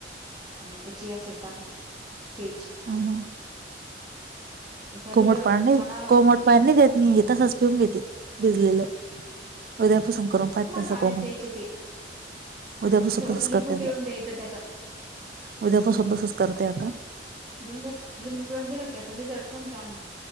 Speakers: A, on the right (about 30°); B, on the right (about 50°).
A: आणि ते चिया सिड टाकून. प्यायची.
B: हम्म.
A: त्याचा
B: कोमट
A: रिझॉल्ट
B: पाणी नाही
A: छान आला
B: कोमट
A: पण तिला
B: पाणी नाही देत तसच पिऊन घेते भिजलेलं. उद्यापासून करून पाहते तसं
A: पाण्यात
B: कोमट.
A: द्यायचे ते
B: उद्यापासून
A: आणि थोडस
B: तसंच
A: लिंबू
B: करते आता,
A: पिळून द्यायचं त्याच्यात
B: उद्यापासून तसंच करते आता.
A: लिंबू लिंबू पिळून दिला का त्याचा रिझर्ट पण छान. आहे